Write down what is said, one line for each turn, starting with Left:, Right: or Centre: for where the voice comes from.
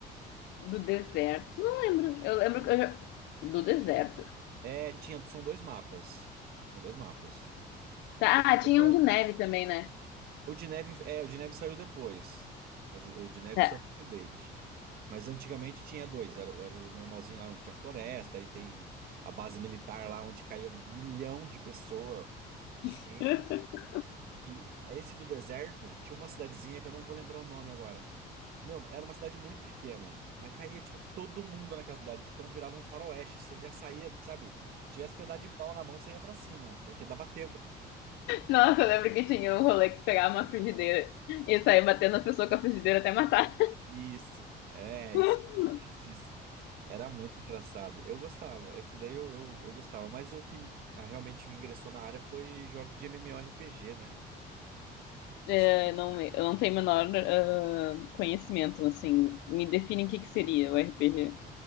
Left: Do deserto, não lembro. Eu lembro que eu já... Do deserto.
Right: É, tinha, são dois mapas. São dois mapas.
Left: Tá,
Right: Esse
Left: ah,
Right: que
Left: tinha
Right: eu tô falando
Left: um de neve também, né?
Right: O de neve, é, o de neve saiu depois. Mas o, o de neve
Left: Tá.
Right: saiu com update. Mas antigamente tinha dois. Era, o- era o normalzinho lá onde tinha floresta, aí tem a base militar lá onde caía milhão de pessoas
Left: <laughs>
Right: sempre. E esse do deserto tinha uma cidadezinha que eu não vou lembrar o nome agora. Meu, era uma cidade muito pequena, mas caía, tipo, todo mundo naquela cidade. Então virava um faroeste. Você já saía, sabe? Se tivesse pedaço de pau na mão, você ia pra cima, porque dava tempo.
Left: Nossa, eu lembro que tinha um rolê que pegava uma frigideira e saía batendo as pessoas com a frigideira até matar.
Right: Isso, é,
Left: <laughs>
Right: isso, mais ou menos isso. Era muito engraçado. Eu gostava, esse daí eu, eu, eu gostava, mas o que ah, realmente me ingressou na área foi jogos de MMORPG, né? Esse-
Left: É, não, eu não tenho o menor ah, conhecimento, assim. Me define o que que seria o RPG.